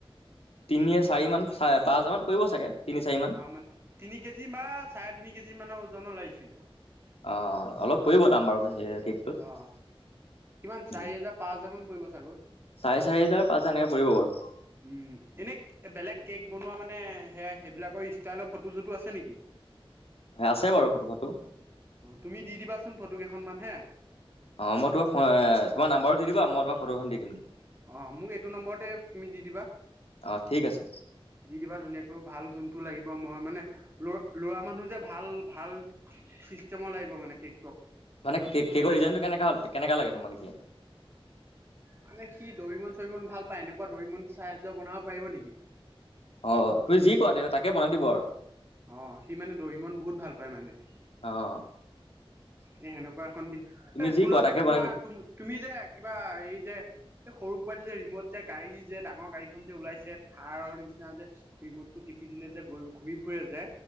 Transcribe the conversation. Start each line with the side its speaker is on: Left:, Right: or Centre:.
Left: তিনি চাৰি মান চ পাঁচ হাজাৰ মান পৰিব চাগে তিনি চাৰি মান
Right: অ', মানে তিনি কেজি বা চাৰে তিনি কেজি মানৰ ওজনৰ লাগিছিলে।
Left: অ', অলপ পৰিব দাম বাৰু সেই কেকটোত।
Right: অ কিমান চাৰি
Left: উম
Right: হেজাৰ পাঁচ হাজাৰ মান পৰিব চাগৈ।
Left: চাৰে চাৰি হোজাৰ পাঁচ হাজাৰ এনেকে পৰিব বাৰু।
Right: উম এনে বেলেগ কেক বনোৱা মানে এ সে সেইবিলাকৰ ষ্টাইলৰ ফটো চটো আছে নেকি? অ',
Left: আছে বাৰু ফটো ফটো
Right: তুমি দি দিবাচোন ফটো কেইখনমান হে।
Left: অ', মই তোমাক তোমাৰ নাম্বাৰ টো দি দিবা মই তোমাক ফটোখন দি দিম দিয়া।
Right: অ', মোক এইটো নম্বৰতে তুমি দি দিবা।
Left: অ ঠিক আছে
Right: দি দিবা ধুনীয়াকৈ ভাল জোনটো লাগিব মই মানে ল ল'ৰা মানুহ যে, ভাল ভাল চিষ্টেমৰ লাগিব মানে কেক
Left: মানে কেকৰ ডিজাইনটো কেনেকা হ'ল কেনেকা লাগে তোমাক এতিয়া?
Right: মানে সি দৰিমন চৰিমন ভাল এনেকুৱা দৰে'মন চাইজৰ বনাব পাৰিব নেকি?
Left: অ তুমি যি কোৱা তে তাকে বনাই দিব আৰু।
Right: অ', সি মানে দৰে'মন বহুত ভাল পায় মানে।
Left: অ <inaudible>
Right: এ সেনেকুৱা এখন দি
Left: তুমি
Right: এ
Left: যি
Right: শুনাচোন
Left: কোৱা তাকে
Right: তোমাৰ
Left: বনাই দিব
Right: তুমি যে কিবা হেৰি যে এই সৰু কিবা যে ৰিমট যে গাড়ী যে ডাঙৰ গাড়ীখন যে ওলাইছে থাৰৰ নিচিনা যে ৰিমট টো টিপি দিলে যে গ ঘূৰি ফুৰে যে